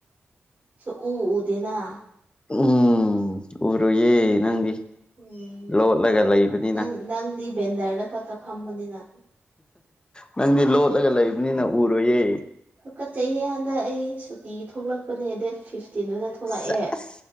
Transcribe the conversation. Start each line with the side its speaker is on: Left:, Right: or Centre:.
Right: ꯁꯨꯡ ꯎ ꯎꯗꯦꯅ
Left: ꯎꯝ ꯎꯔꯣꯏꯌꯦ ꯅꯪꯗꯤ
Right: ꯎꯝ
Left: ꯂꯣꯠꯂꯒ ꯂꯩꯕꯅꯤꯅ
Right: ꯅꯪ ꯅꯪꯗꯤ ꯕꯦꯟꯗꯔꯗ ꯈꯛꯇ ꯐꯝꯕꯅꯤꯅ
Left: ꯅꯪꯗꯤ ꯂꯣꯠꯂꯒ ꯂꯩꯕꯅꯤꯅ ꯎꯔꯣꯏꯌꯦ
Right: ꯇꯨꯒꯨꯠꯆꯩꯍꯦ ꯍꯟꯗꯛ ꯑꯩ ꯁꯨꯇꯤ ꯊꯣꯛꯂꯛꯄꯅꯦ ꯗꯦꯠ ꯐꯤꯐꯇꯤꯟꯗꯨꯗ ꯊꯣꯛꯂꯛꯑꯦ
Left: ꯁꯦꯁ